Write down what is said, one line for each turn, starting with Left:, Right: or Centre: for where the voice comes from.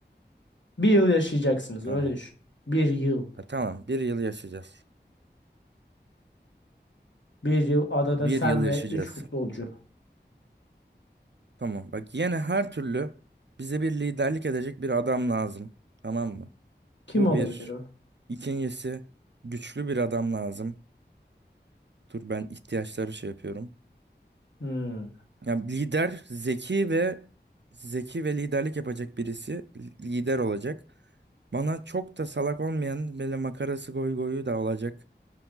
Left: Bir yıl yaşayacaksınız
Right: Tamam.
Left: öyle düşün. Bir yıl.
Right: Ha, tamam. Bir yıl yaşayacağız.
Left: Bir yıl adada
Right: Bir
Left: sen
Right: yıl yaşayacağız.
Left: ve 3 futbolcu.
Right: Tamam. Bak yine her türlü bize bir liderlik edecek bir adam lazım. Tamam mı?
Left: Kim
Right: Bu
Left: olabilir
Right: bir.
Left: o?
Right: İkincisi güçlü bir adam lazım. Dur ben ihtiyaçları şey yapıyorum.
Left: Hmm,
Right: Yani lider zeki ve zeki ve liderlik yapacak birisi li- lider olacak. Bana çok da salak olmayan böyle makarası goy goyu da olacak.